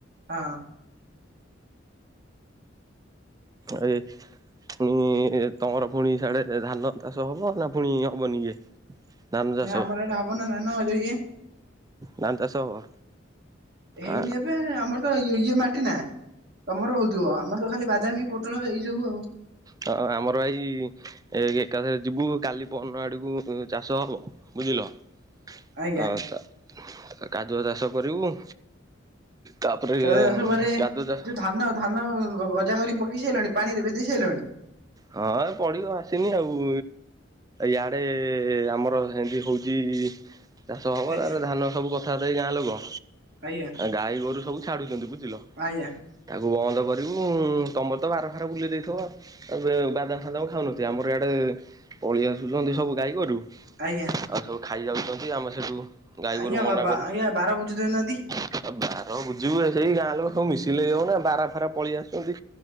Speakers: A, on the right; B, on the right.
A: ହଁ
B: ଆ ଏ ପୁଣି ତମର ପୁଣି ସିଆଡେ ଧାନ ଚାଷ ହବ ନା ପୁଣି ହବନି ଇଏ ଧାନ ଚାଷ
A: ନା ଆମର ଏଇଟା ହବ ନା ଧାନ ଯୋଉ ଇଏ
B: ଧାନ ଚାଷ ହବ।
A: ଏଇନି
B: ଆ
A: ଏବେ ଆମର ତ ଇ ଇଏ ମାଟି ନା ତମର ହଉଥିବ ଆମର ତ ଖାଲି ବାଦାମୀ ପୋଟଳ ଏଇ ସବୁ ଆଉ
B: ହ ଆମର ଏଇ ଏ ଏକାଥରେ ଯିବୁ କାଲି ପନ ଆଡକୁ ଚାଷ ହବ। ବୁଝିଲ।
A: ଆଜ୍ଞା
B: ହଉ ତ କାଦୁଅ ଚାଷ କରିବୁ। ତାପରେ
A: କ୍ଷେତ ଚାଷ ପରେ
B: କାଦୁଅ ଚା
A: ଯୋଉ ଧାନ ଧାନ ଗଜା କରିକି ପକେଇ ସାରିଲଣି ପାଣିରେ ଭେଜେଇ ସାରିଲଣି।
B: ହଁ ଏ ପଢିବୁ ଆସିନି ଆଉ। ୟାଡେ ଆମର ହେମିତି ହଉଛି। ଚାଷ ହବ
A: ଆଜ୍ଞା
B: ତାପରେ ଧାନ ସବୁ କଥାବାର୍ତ୍ତା ହେଇକି ଗାଁ ଲୋକ
A: ଆଜ୍ଞା।
B: ଗାଈ ଗୋରୁ ସବୁ ଛାଡୁଛନ୍ତି ବୁଝିଲ?
A: ଆଜ୍ଞା।
B: ତାକୁ ବନ୍ଦ କରିବୁ ଆଉ ତମର ତ ବାର ଖାର ବୁଲେଇ ଦେଇ ଥିବ। ଏବେ ବାଦାମ ଫାଦାମ ଖାଉନଥିବେ ଆମର ଏଆଡ଼େ ପଳେଇ ଆସୁଛନ୍ତି ସବୁ ଗାଈ ଗୋରୁ
A: ଆଜ୍ଞା
B: ଆଉ ସବୁ ଖାଇଯାଉଛନ୍ତି ଆମର ସେଠୁ ଗାଈ
A: ଆଜ୍ଞ
B: ଗୋରୁ ମନା
A: ବାବା
B: କରୁ
A: ଆଜ୍ଞା ବାର ବୁଜି ଦଉନାହାନ୍ତି।
B: ଆଉ ବାର ବୁଝିବୁ ଏ ସେଇ ଗାଁ ଲୋକ ସବୁ ମିଶିଲେ ଯଉ ନା ବାର ଫାରା ପଳେଇ ଆଶୁଛନ୍ତି।